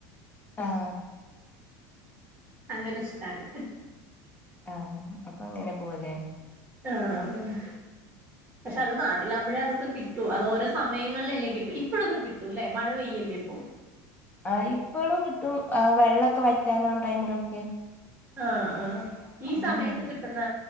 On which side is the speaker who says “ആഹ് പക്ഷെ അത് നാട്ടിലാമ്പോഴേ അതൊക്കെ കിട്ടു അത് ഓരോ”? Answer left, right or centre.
Right